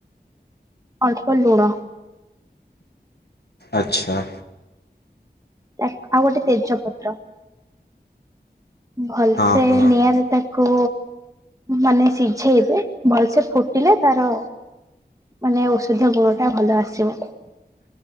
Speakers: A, on the right; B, on the left.
A: ଅଳ୍ପ ଲୁଣ।
B: ଆଚ୍ଛା।
A: ଆଉ ଗୋଟେ ତେଜପତ୍ର। ଭଲସେ
B: ହଁ ହଁ
A: ନିଆଁରେ ତା କୁ ମାନେ ସିଝେଇବେ ଭଲସେ ଫୁଟିଲେ ତାର ମାନେ ଔଷଧୀୟ ଗୁଣ ଟା ଭଲ ଆସିବ।